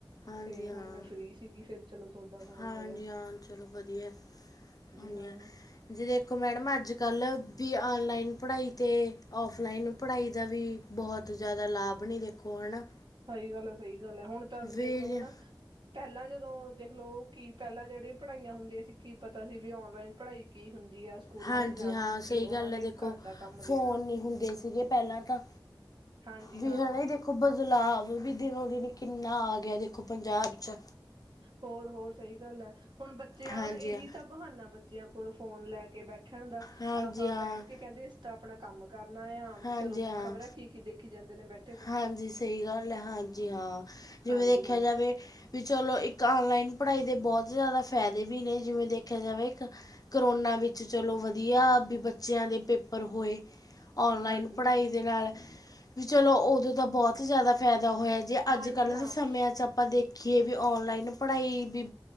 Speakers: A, on the left; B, on the right.
A: ਹਾਂਜੀ
B: ਤੇ
A: ਹਾਂ
B: ਹੁਨ ਮੈਂ ਫ੍ਰੀ ਸੀਗੀ, ਫੇਰ ਚਲੋ ਤੁਆਡਾ ਫੋਨ
A: ਹਾਂਜੀ
B: ਆ ਗਯਾ।
A: ਹਾਂ ਚਲੋ ਵਧੀਆ ਹੁੰਦੀ
B: ਹਾਂ
A: ਆ। ਜੀ ਦੇਖੋ ਮੈਡਮ ਅੱਜ-ਕੱਲ ਵੀ ਔਨਲਾਈਨ ਪੜ੍ਹਾਈ ਤੇ ਔਫਲਾਈਨ ਪੜ੍ਹਾਈ ਦਾ ਵੀ ਬੋਹਤ ਜਾਦਾ ਲਾਭ ਨੇ ਦੇਖੋ ਹਨਾ।
B: ਸਈ ਗੱਲ ਐ, ਸਈ ਗੱਲ ਐ, ਹੁਣ ਤਕ
A: ਵੀ
B: ਦੇਖ ਲੋ ਹਨਾ। ਪੈਲਾਂ ਜਦੋਂ ਦੇਖ ਲੋ, ਕੀ ਪੈਲਾਂ ਜੇੜੀ ਪੜ੍ਹਾਈਆਂ ਹੁੰਦੀਆਂ ਸੀ ਕੀ ਪਤਾ ਸੀ, ਵੀ ਔਨਲਾਈਨ ਪੜ੍ਹਾਈ ਕੀ ਹੁੰਦੀ ਆ। ਸਕੂਲਾਂ
A: ਹਾਂਜੀ
B: ਚ ਜਾਣਾ
A: ਹਾਂ,
B: ਉੱਥੇ
A: ਸਈ
B: ਉਹਨਾਂ
A: ਗੱਲ
B: ਨੇ
A: ਐ ਦੇਖੋ
B: ਘਰ ਦਾ ਕੰਮ ਦੇਣਾ
A: ਫੋਨ ਨੀ ਹੁੰਦੇ ਸੀਗੇ ਪੈਲਾਂ ਤਾਂ
B: ਹਾਂਜੀ
A: ਵੀ
B: ਹਾਂ
A: ਹਣੇ ਦੇਖ ਦੇਖੋ ਬਦਲਾਵ ਵੀ ਦਿਨੋ-ਦਿਨ ਕਿੰਨਾ ਆ ਗਯਾ, ਦੇਖੋ ਪੰਜਾਬ 'ਚ।
B: ਹੋਰ-ਹੋਰ ਸਈ ਗੱਲ ਐ, ਹੁਣ ਬੱਚੇਆਂ
A: ਹਾਂਜੀ
B: ਦਾ ਏਹੀ
A: ਹਾਂ
B: ਤਾਂ ਬਹਾਨਾ ਬੱਚੇਆਂ ਕੋਲ ਫੋਨ ਲੈ ਕੇ ਬੈਠੇ ਬੈਠਣ ਦਾ
A: ਹਾਂਜੀ
B: ਆਹ
A: ਹਾਂ
B: ਬੈਠ ਕੇ ਕੈਂਦੇ ਅਸੀ ਤਾ ਆਪਣਾ ਕੰਮ ਕਰਨਾ ਆ,
A: ਹਾਂਜੀ
B: ਚਲੋ
A: ਹਾਂ
B: ਖ਼ਬਰ ਐ ਕੀ ਕਿ ਦੇਖੀ ਜਾਂਦੇ ਨੇ ਬੈਠ
A: ਹਾਂਜੀ ਸਈ ਗੱਲ ਐ, ਹਾਂਜੀ ਹਾਂ ਜਿਵੇਂ
B: ਹਾਂਜੀ
A: ਦੇਖੇਆ
B: ਹਾਂ
A: ਜਾਵੇ ਵੀ ਚਲੋ ਇੱਕ ਔਨਲਾਈਨ ਪੜ੍ਹਾਈ ਦੇ ਬੋਤ ਜਾਦਾ ਫ਼ੈਦੇ ਵੀ ਨੇ ਜਿਵੇਂ ਦੇਖੇਆ ਜਾਵੇ ਇੱਕ ਕਰੋਨਾ ਵਿੱਚ ਚਲੋ, ਵਧੀਆ ਵੀ ਬੱਚੇਆਂ ਦੇ ਪੇਪਰ ਹੋਏ। ਔਨਲਾਈਨ
B: ਹਾਂਜੀ
A: ਪੜ੍ਹਾਈ
B: ਹਾਂ
A: ਦੇ ਨਾਲ ਵੀ ਚਲੋ, ਓਦੋਂ ਦਾ ਬੋਤ ਜਾਦਾ ਫੈਦਾ ਹੋਏਆ। ਜੇ ਅੱਜ
B: ਹਾਂਜੀ
A: ਕੱਲ੍ਹ
B: ਹਾਂ
A: ਦੇ ਸਮਿਆਂ 'ਚ ਆਪਾਂ ਦੇਖੀਏ ਵੀ ਔਨਲਾਈਨ ਪੜ੍ਹਾਈ ਵੀ